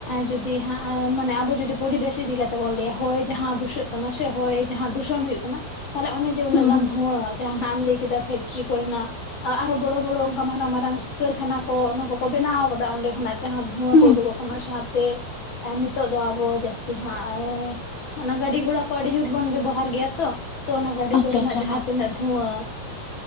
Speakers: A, on the left; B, on the left.
A: ᱡᱩᱫᱤ ᱦᱟᱸᱜ ᱢᱟᱱᱮ ᱟᱵᱚ ᱡᱩᱫᱤ ᱯᱚᱨᱤᱵᱮᱥ ᱤᱫᱤ ᱠᱟᱛᱮᱜ ᱵᱚᱱ ᱞᱟᱹᱭᱟ ᱦᱚᱭ ᱡᱟᱦᱟᱸ ᱫᱩᱥᱟᱹᱜ ᱠᱟᱱᱟ ᱥᱮ ᱦᱚᱭ ᱡᱟᱦᱟᱸ ᱫᱩᱥᱚᱱ ᱦᱩᱭᱩᱜ ᱠᱟᱱᱟ ᱛᱟᱦᱚᱞᱮ ᱚᱱᱮ ᱡᱮ ᱩᱱᱟᱹᱜ
B: ᱦᱮᱸ
A: ᱜᱟᱱ
B: ᱦᱩᱸ ᱦᱩᱸ
A: ᱫᱷᱩᱣᱟᱹ ᱡᱟᱦᱟᱸᱱᱟᱜ ᱮᱢ ᱞᱟᱹᱭ ᱠᱮᱫᱟ ᱯᱷᱮᱠᱴᱨᱤ ᱠᱚᱨᱮᱱᱟᱜ ᱟ ᱟᱨᱚ ᱵᱚᱲᱚ ᱵᱚᱲᱚ ᱚᱱᱠᱟ ᱢᱟᱨᱟᱝ ᱢᱟᱨᱟᱝ ᱠᱟᱹᱨᱠᱷᱟᱱᱟ ᱠᱚ ᱚᱱᱟ ᱠᱚᱠᱚ ᱵᱮᱱᱟᱣ ᱟᱠᱟᱫᱟ ᱚᱸᱰᱮ ᱠᱷᱚᱱᱟᱜ ᱡᱟᱦᱟᱸ ᱫᱷᱩᱣᱟᱹ
B: ᱦᱩᱸ
A: ᱠᱚ ᱩᱰᱩᱠᱚᱜ ᱠᱟᱱᱟ ᱥᱟᱶᱛᱮ ᱱᱤᱛᱚᱜᱜ ᱫᱚ ᱟᱵᱚ ᱡᱟᱹᱥᱛᱤ ᱦᱟᱸᱜ ᱚᱱᱟ ᱜᱟᱹᱰᱤ ᱜᱷᱚᱲᱟ ᱠᱚ ᱟᱹᱰᱤ ᱡᱳᱨ ᱵᱚᱱ ᱵᱮᱵᱚᱦᱟᱨ ᱜᱮᱭᱟ ᱛᱚ ᱛᱚ ᱚᱱᱟ ᱜᱟᱹᱰᱤ
B: ᱟᱪᱪᱷᱟ
A: ᱠᱚᱨᱮᱱᱟᱜ
B: ᱟᱪᱪᱷᱟ
A: ᱡᱟᱦᱟᱸ
B: ᱦᱮᱸ
A: ᱛᱤᱱᱟᱹᱜ ᱫᱷᱩᱣᱟᱟᱹ᱾